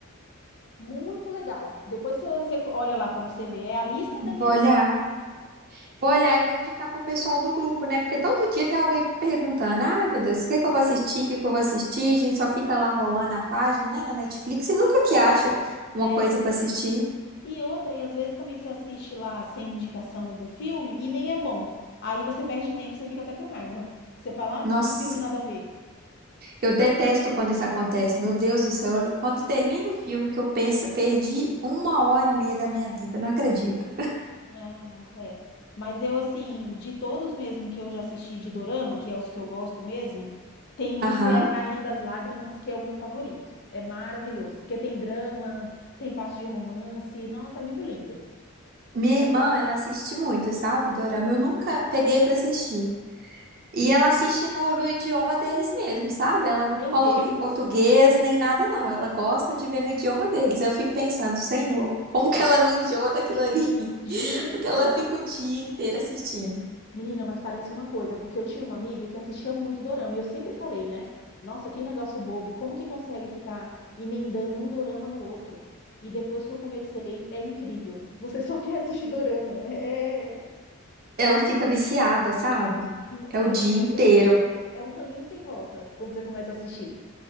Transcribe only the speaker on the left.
muito legal. Depois você, você olha lá para você ver. É a lista
da minha
é
e outra e às vezes também você assiste lá sem indicação algum filme e nem é bom. Aí você perde tempo, você fica até com raiva. Você fala, ah,
que filme nada a ver.
Ah, nossa, é. Mas eu, assim, de todos mesmo que eu já assisti de Dorama, que é os que eu gosto mesmo, tem um
que é Rainha das Lágrimas, que é o meu favorito. É maravilhoso, porque tem drama, tem parte de romance. Nossa, é muito lindo.
Eu
gosto.
Me-
Meu
Deus!
<laughs> Gente,
mas
Menina, mas parece uma coisa, porque eu tinha uma amiga que assistia muito dorama e eu sempre falei, né? Nossa, que negócio bobo, como que consegue ficar emendando um dorama no outro? E depois que eu comecei, é incrível. Você só <laughs> quer assistir dorama. É,
é,
é, mas
é assim mesmo. É um caminho sem volta quando você começa a assistir. <laughs>